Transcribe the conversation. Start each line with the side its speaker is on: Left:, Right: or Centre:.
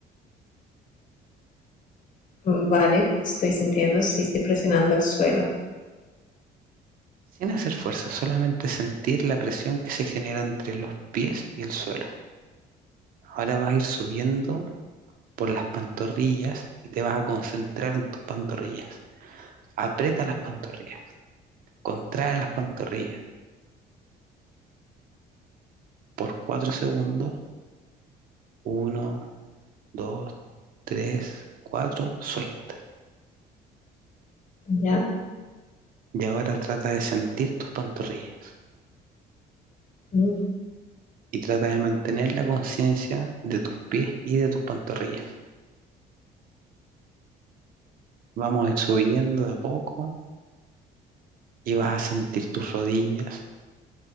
Left: vale, estoy sintiendo, sí, estoy presionando al suelo.
Right: Sin hacer fuerza, solamente sentir la presión que se genera entre los pies y el suelo. Ahora vas a ir subiendo por las pantorrillas y te vas a concentrar en tus pantorrillas. Aprieta las pantorrillas, contrae las pantorrillas por 4 segundos Uno, dos, tres, cuatro, suelta.
Left: ¿Ya?
Right: Y ahora trata de sentir tus pantorrillas
Left: Mm,
Right: y trata de mantener la conciencia de tus pies y de tus pantorrillas. Vamos a ir subiendo de a poco y vas a sentir tus rodillas,